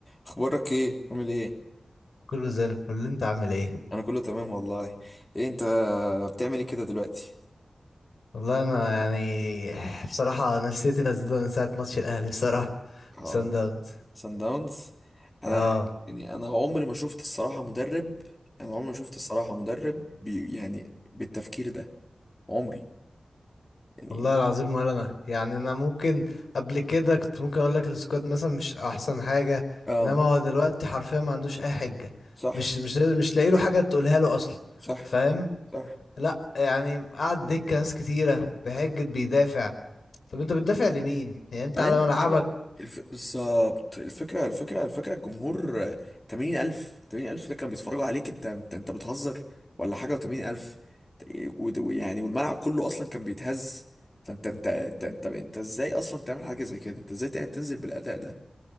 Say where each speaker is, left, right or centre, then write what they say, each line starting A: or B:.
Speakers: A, on the left; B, on the left.
A: اخبارك ايه عامل ايه
B: كله زي الفل انت عامل ايه
A: انا كله تمام والله ايه انت بتعمل ايه كده دلوقتي
B: والله انا يعني بصراحه نفسيتي نزلت من ساعه ماتش الاهلي بصراحه
A: اه
B: سان داونز
A: سان داونز انا
B: اه
A: يعني انا عمري ما شفت الصراحه مدرب انا عمري ما شفت الصراحه مدرب بي يعني بالتفكير ده عمري يعني
B: والله العظيم ولا انا يعني انا ممكن قبل كده كنت ممكن اقول لك السكواد مثلا مش احسن حاجه
A: اه
B: انما هو دلوقتي حرفيا ما عندوش اي حجه
A: صح
B: مش مش مش لاقي له حاجه تقولها له اصلا
A: صح
B: فاهم
A: صح
B: لا يعني قعد دكه ناس كتيره بحجه بيدافع طب انت بتدافع لمين يعني انت
A: بعدين
B: على
A: الفكرة
B: ملعبك
A: الف... بالظبط الفكرة الفكرة الفكرة الجمهور آه، 80000 80000 ده كان بيتفرجوا عليك انت انت, انت بتهزر ولا حاجة و80000 ويعني والملعب كله اصلا كان بيتهز فانت انت انت انت, انت ازاي اصلا تعمل حاجة زي كده انت ازاي تعمل- تنزل بالاداء ده